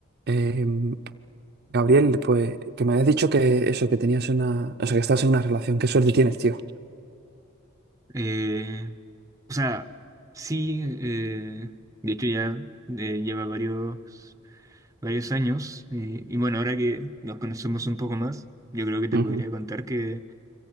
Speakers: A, on the right (about 50°); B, on the right (about 15°).
A: Eh, Gabriel, pues que me habías dicho que eso, que tenías una, o sea, que estás en una relación, qué suerte tienes, tío.
B: Eh, o sea, sí, eh, de hecho ya eh, lleva varios, varios años eh, y bueno, ahora que nos conocemos un poco más, yo creo que te
A: Ujú.
B: podría contar que,